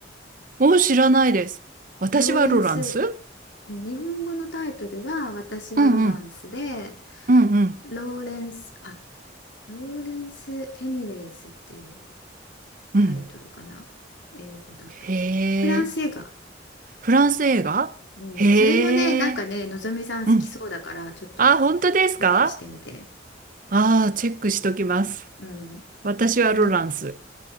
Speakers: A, on the right; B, on the left.
A: もう知らないです。私はロランス
B: ローレンス日本語のタイトルは私はロランスで
A: うんうん。うんうん。
B: ローレンスあローレンス・エニウェイズっていう
A: うん。
B: タイトルかな英語だとフランス映画
A: へえ。フランス映画へえ。
B: うんそれもねなんかねのぞみさん好きそうだからちょっと
A: うん。あ、本当ですか
B: チェックしてみて
A: ああー、チェックしときます。
B: うん。
A: 私はロランス。
B: なんかの、